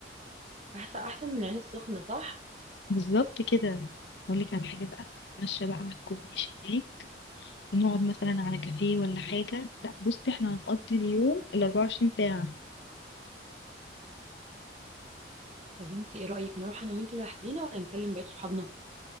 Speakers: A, on the right; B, on the left.
A: احسن احسن من عين السخنه صح
B: بالظبط كده اقول لك على حاجة بقى نتمشى بقى على الكورنيش هناك ونقعد مثلا على كافيه ولا حاجة لا بصي احنا هنقضي اليوم ال 24 ساعة
A: طب انت ايه رايك نروح انا وانت لوحدينا ولا نكلم بقيه صحابنا